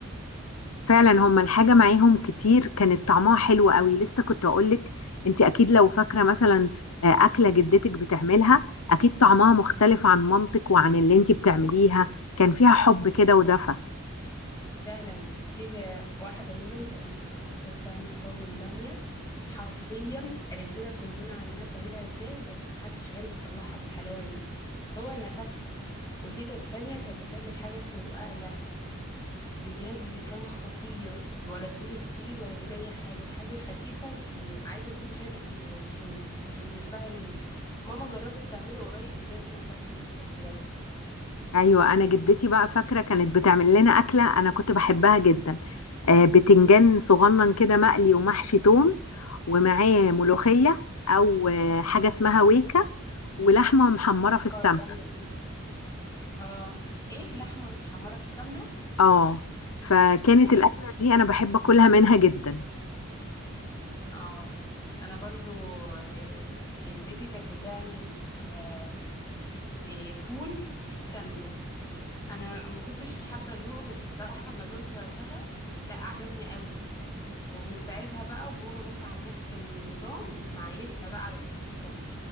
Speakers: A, on the left (about 85°); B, on the left (about 15°).
A: فعلا هما الحاجة معاهم كتير كانت طعمها حلو قوي لسه كنت اقولك انت اكيد لو فاكرة مثلا آه، اكلة جدتك بتعملها اكيد طعمها مختلف عن مامتك وعن اللي انت بتعمليها كان فيها حب كده ودفى
B: فعلا تيتا واحدة منهم كانت متخصصة بتعمل طاجن بامية حرفيا قالت لنا كلنا عنها بتعملها ازاي بس محدش عرف يطلعها بالحلاوة دي هو نفسها وتيتا التانية كانت بتعمل حاجة اسمه رقاق له بجد كان خطير ولا تقولي فطير ولا تقولي اي حاجة حاجة خفيفة م- عايزة كل شوية تاكليها مش مش مش بتشبعي منه ماما جربت تعمله قريب بجد ما طلعش بنفس الحلاوة
A: ايوه انا جدتي بقى فاكره كانت بتعمل لنا اكله انا كنت بحبها جدا آه، بتنجان صغنن كده مقلي ومحشي توم ومعاه ملوخيه او آه، حاجه اسمها ويكا ولحمه محمره في السمنه
B: اه البامية دي اه ايه لحمة متحمرة في السمنة
A: اه فكانت
B: اي
A: الاكله دي انا بحب اكلها منها جدا
B: اه انا برضو آه، جدتي كانت بتعمل آه، آه، فول بالسمنه انا ما كنتش حابه ادوقه بس الصراحه لما دقته وقتها لا عجبني قوي ومن ساعتها بقى وبابا ماشي على نفس النظام معيشنا بقى على فول بالسمنه